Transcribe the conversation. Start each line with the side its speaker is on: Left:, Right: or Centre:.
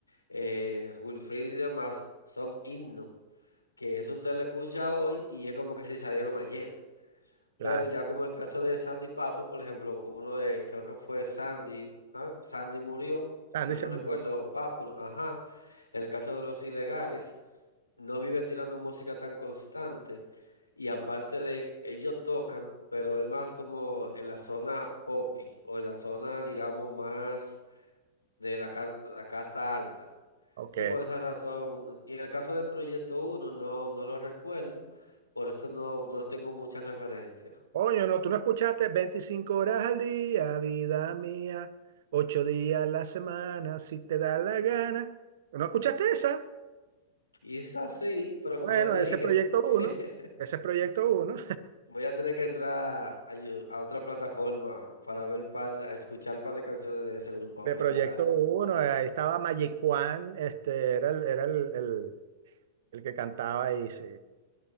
Left: eh, Wilfried y demás, son himnos, que eso usted lo escucha hoy y es como que si salieron ayer.
Right: claro.
Left: Pero ya como en el caso de Sandy Papo, por ejemplo, uno de, creo que fue Sandy, ¿sabe? Sandy murió, si
Right: Están
Left: mal
Right: diciendo.
Left: no recuerdo,
Right: no.
Left: o Papo, no- ajá. En el caso de los ilegales, no vive tirando música tan constante. Y aparte de, ellos tocan, pero es más como en la zona poppy o en la zona, digamos, más de la, car- la casta alta.
Right: Ok.
Left: Entonces, por esa razón, y en el caso del Proyecto Uno no, no lo recuerdo, por eso no, no tengo muchas referencias.
Right: Coño, no, tú no escuchaste 25 horas al día, vida mía, 8 días a la semana, si te da la gana. ¿No escuchaste esa?
Left: Quizás sí, pero como
Right: Bueno,
Left: le dije,
Right: ese es Proyecto
Left: <laughs>
Right: uno, Ese es Proyecto uno.
Left: voy a tener que entrar a, yo- a otra plataforma para ver par, a escuchar un par de canciones de ese grupo, a
Right: De
Left: ver
Right: Proyecto
Left: qué tal.
Right: uno ahí estaba Magic Juan, este, era el, era el, el, el que cantaba ahí, sí,